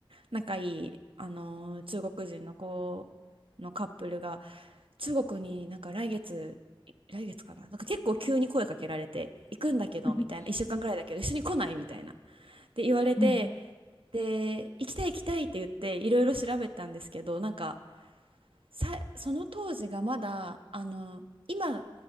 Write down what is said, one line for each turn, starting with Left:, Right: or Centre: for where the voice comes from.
Right: 仲いいあのー中国人の子のカップルが中国になんか来月、い来月かな、なんか結構急に声かけられて、行くんだけどみたいな、
Left: <laughs>
Right: 一週間ぐらいだけど、一緒に来ないみたいな。って言われて、
Left: うん。
Right: で、行きたい行きたいって言って、いろいろ調べたんですけど、なんかさ、その当時がまだ、あの、今、